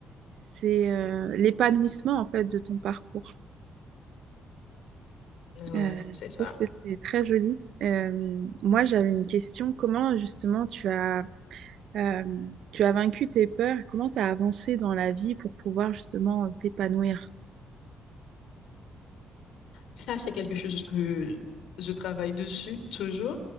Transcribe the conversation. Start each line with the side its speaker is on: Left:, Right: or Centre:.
Right: c'est euh, l'épanouissement en fait de ton parcours.
Left: ouais,
Right: Euh,
Left: c'est
Right: je
Left: ça.
Right: trouve que c'est très joli. Euh, moi, j'avais une question. Comment justement tu as Euh, tu as vaincu tes peurs. Comment tu as avancé dans la vie pour pouvoir justement euh, t'épanouir?
Left: Ça, c'est quelque chose que je travaille dessus toujours.